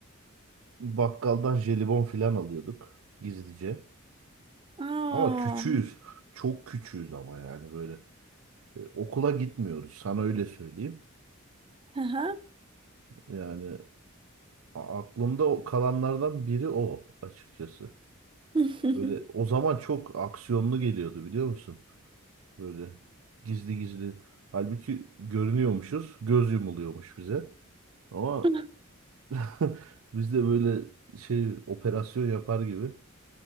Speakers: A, on the right (about 75°); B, on the right (about 25°).
A: bakkaldan jelibon falan alıyorduk gizlice.
B: Aa,
A: Ama küçüğüz. Çok küçüğüz ama yani böyle. E, okula gitmiyoruz sana öyle söyleyeyim.
B: hı
A: Yani a- aklımda o- kalanlardan biri o açıkçası.
B: hı.
A: Böyle o zaman çok aksiyonlu geliyordu biliyor musun? Böyle gizli gizli. Halbuki görünüyormuşuz. Göz yumuluyormuş bize. Ama
B: <laughs>
A: <laughs> biz de böyle şey operasyon yapar gibi.